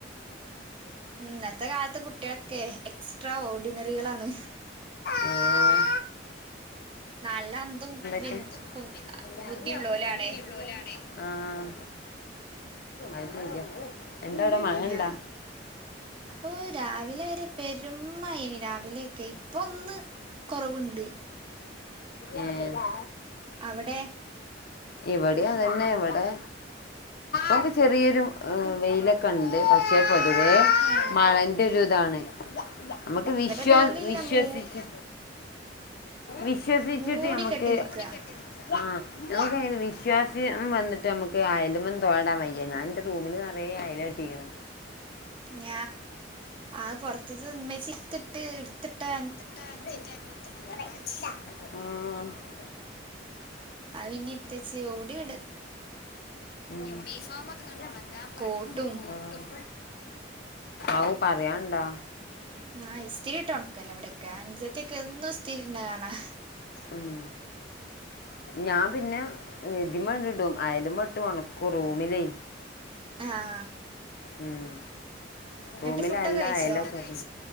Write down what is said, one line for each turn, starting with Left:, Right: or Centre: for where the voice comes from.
Right: ഇന്നത്തെ കാലത്തെ കുട്ടികളൊക്കെ എക്സ്ട്രാ ഓർഡിനറികളാണ്
Left: ആഹ്
Right: നല്ല അന്തും വിൻ
Left: ബുദ്ധിഉളോല്
Right: കു ബുദ്ധിയുള്ളോലാണ്
Left: ആണ് ആഹ എന്താ അവിടെ മഴണ്ടാ
Right: ആഹ് ഓഹ് രാവിലെ വരെ പെരുമയെനി രാവിലെയ ഒക്കെ ഇപ്പ ഒന്ന് കുറവുണ്ട്
Left: ഏഹ്മ്
Right: അവിടെ
Left: ഇവിടെ അതന്നെ ഇവിടെ ഇപ്പോ ചെറിയൊരു വെയിലൊക്കെ ണ്ട് പക്ഷെ പൊതുവെ
Right: ഏഹ്
Left: മഴന്റെ ഒരു ഇതാണ് നമ്മുക്ക് വിശ്വാ
Right: ഇവിടെ വെയിലില്ല
Left: വിശ്വസിച്ച്
Right: മൂ
Left: വിശ്വസിച്ചിട്ട്മ്മക്ക്
Right: മൂടി കെട്ടി നിക്ക
Left: ആഹ നമ്മക്ക് വിശ്വാസ്യം വന്നിട്ട് നമുക്ക് അയാലുമൽ തോരാടാൻ വയ്യ ഞാൻ റൂമിൽ നിറയ ആയാലെട്ടിക്ക്ണ്
Right: ഞ ആ പുറത്തത് ഉമ്മ ചിത്തിട്ട് ഇടുത്തിട്ടാ
Left: ഏഹ്മ്
Right: ആയ് പിന്ന ഇട്ത്വെച്ച് ഓടി ഇട
Left: യൂണിഫോമ ഒക്കെയ ഉണങ്ങാൻ പാട
Right: കോട്ടും
Left: കോട്ടും ഔ പറയാണ്ടാ
Right: ആഹ് ഇസ്തിരിട്ട് ഉണക്കല്ലോ എവിടെയക്ക അഞ്ചത്തി ഒക്കെ എന്നും ഇസ്തിരിട്ണെകാണാ
Left: ഉം ഞാൻ പിന്നെ എതി മ ഇടും അയല്മേട്ട് ഉണക്കൂ റൂമിലേ
Right: ആഹ്
Left: ഉം
Right: എന്നിട്ട്
Left: റൂമില്
Right: ഫുഡൊക്കെ
Left: നല്ല
Right: കഴിച്ചോ
Left: അയലക്ക